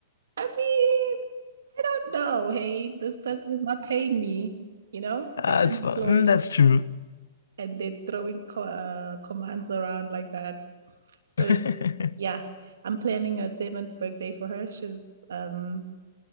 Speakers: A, on the right; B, on the left.
A: I mean, I don't know. Hey, this person is not paying me. You know, they're
B: Uh,
A: unemployed
B: that's fun. Mm, That's true.
A: and they're throwing co uh, commands around like that. So
B: <laughs>
A: yeah, I'm planning a seventh birthday for her. She's um